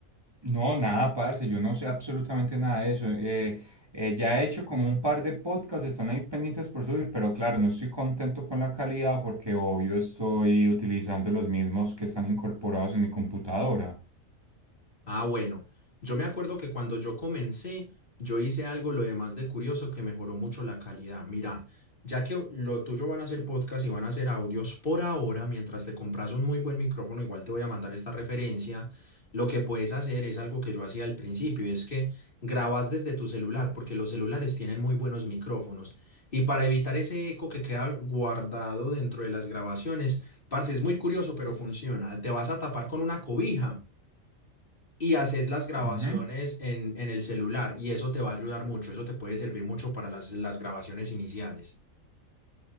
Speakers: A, on the right (about 20°); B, on the left (about 40°).
A: No, nada, parce, yo no sé absolutamente nada de eso. Eh, eh, ya he hecho como un par de podcasts, están ahí pendientes por subir, pero claro, no estoy contento con la calidad porque obvio estoy utilizando los mismos que están incorporados en mi computadora.
B: Ah, bueno, yo me acuerdo que cuando yo comencé, yo hice algo lo demás de curioso que mejoró mucho la calidad. Mira, ya que lo tuyo van a ser podcast y van a ser audios por ahora, mientras te compras un muy buen micrófono, igual te voy a mandar esta referencia. Lo que puedes hacer es algo que yo hacía al principio, y es que grabas desde tu celular, porque los celulares tienen muy buenos micrófonos. Y para evitar ese eco que queda guardado dentro de las grabaciones, parce, es muy curioso, pero funciona. Te vas a tapar con una cobija y haces las grabaciones
A: Ujú.
B: en, en el celular y eso te va a ayudar mucho, eso te puede servir mucho para las, las grabaciones iniciales.